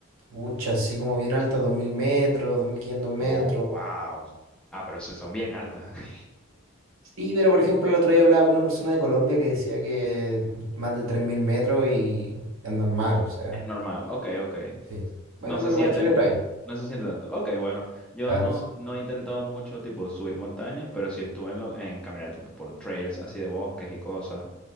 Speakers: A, on the right (about 70°); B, in the centre.
A: Muchas, así como bien altas, 2.000 metros, 2.500 metros.
B: Oh, wow. Ah, pero sí son bien altas. <laughs>
A: Sí, pero por ejemplo, el otro día hablaba con una persona de Colombia que decía que más de 3.000 metros y es normal, o sea,
B: Es normal. Ok, ok.
A: sí. Bueno,
B: No se
A: pero
B: sienten,
A: para Chile está bien.
B: no se siente tanto. Ok, bueno, yo
A: Claro,
B: no, no he intentado mucho tipo subir montañas, pero sí estuve en, lo- en caminar tipo por trails así de bosques y cosas,